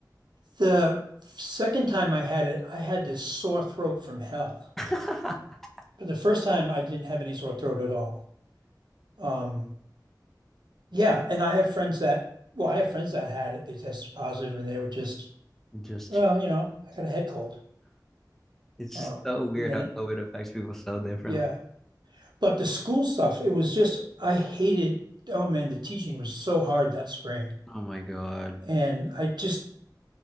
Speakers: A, on the right (about 75°); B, in the centre.
A: The second time I had it, I had this sore throat from hell.
B: <laughs>
A: But the first time I didn't have any sore throat at all. Um, yeah, and I have friends that, well, I have friends that had it. They tested positive and they were just
B: Just
A: Well,
B: chill.
A: you know, I got a head cold.
B: it's
A: Um,
B: just so weird
A: and then
B: how COVID affects people so differently.
A: yeah, but the school stuff, it was just I hated. Oh man, the teaching was so hard that spring,
B: Oh my God.
A: and I just